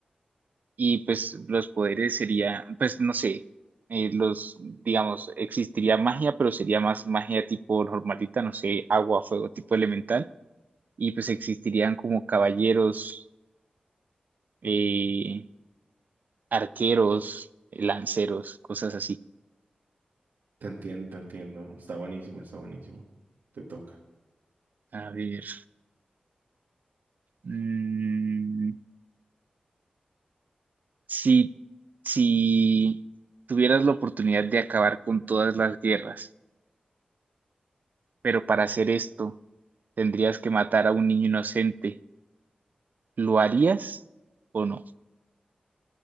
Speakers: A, on the right; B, on the right.
A: y pues los poderes sería, pues no sé, eh, los, digamos, existiría magia, pero sería más magia tipo normalita, no sé, agua, fuego, tipo elemental, y pues existirían como caballeros, eh, arqueros, lanceros, cosas así.
B: Te entiendo, te entiendo. Está buenísimo, está buenísimo. Te toca.
A: A ver, mm, si, si tuvieras la oportunidad de acabar con todas las guerras, pero para hacer esto tendrías que matar a un niño inocente ¿Lo harías o no?